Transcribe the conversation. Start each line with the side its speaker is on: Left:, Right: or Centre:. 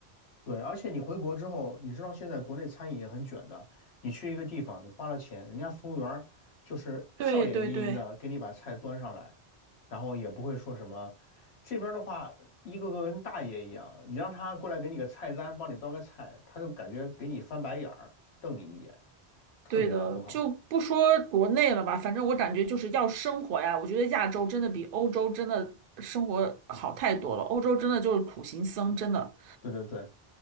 Left: 对，而且你回国之后，你知道现在国内餐饮也很卷的。你去一个地方，你花了钱，人家服务员儿就是笑脸盈盈的给你把菜端上来，
Right: 对对对
Left: 然后也不会说什么。这边儿的话，一个个跟大爷一样，你让他过来给你个菜单，帮你端个菜，他就感觉给你翻白眼儿，瞪你一眼，特别的不好。
Right: 对的，就不说国内了吧，反正我感觉就是要生活呀。我觉得亚洲真的比欧洲真的生活好太多了，欧洲真的就是苦行僧，真的。
Left: 对对对，